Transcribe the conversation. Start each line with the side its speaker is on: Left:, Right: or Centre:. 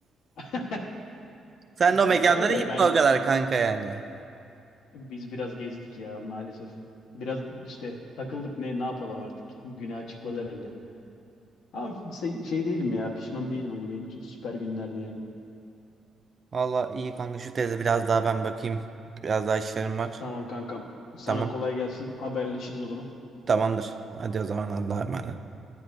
Left: <laughs>
Right: <laughs> Sen de o
Left: Ay,
Right: mekanlara
Left: öyle
Right: gitme
Left: ben
Right: o kadar kanka yani.
Left: biz biraz gezdik ya maalesef. Biraz işte takıldık ne ne yapalım artık. Günah çıkmaz herhalde. Ama şey, şey değilim ya pişman değilim hani benim için süper günlerdi yani.
Right: Valla iyi kanka şu teze biraz daha ben bakayım. Biraz daha işlerim var.
Left: Tamam kankam sana
Right: Tamam.
Left: kolay gelsin haberleşiriz o zaman.
Right: Tamamdır. Hadi o zaman Allah'a emanet.